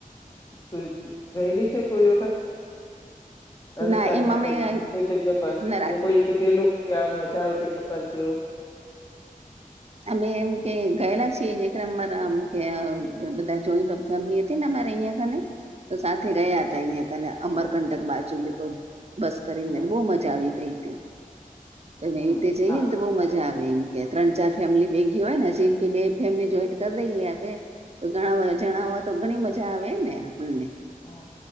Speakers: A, on the left (about 25°); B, on the right (about 45°).
A: તું ગયલી છે કોઈ વખત. રાજસ્થાનમાં
B: ના એમાં
A: ક
B: અમે
A: કોઈ જગ્યા પર
B: ના
A: કે કોઈ. કેધ લોકો મજા આવે છે કે પર કેવું.
B: અમે એમ કે ગયેલા છીએક અમારા આમ કે બધા જોઈન્ટ. ફેમિલી હતી ને અમારે અહીં કને. તો સાથે ગયા હતા અહિયાં ક અમરકંટક બાજુલીર. બસ કરીનેને
A: હા
B: બહુ મજા આવી ગઈ હતી
A: હમ
B: મેતે જઈને
A: હા
B: તો બહુ મજા આવી. એમ કે ત્રણ ચાર ફેમિલી ભેગી હોય ને જેમ કે બે ફેમિલી જોઈન્ટ કરી દઈએ આપે. તો ઘણા જણાવવા તો ઘણી મજા આવે ને આપણને.
A: હા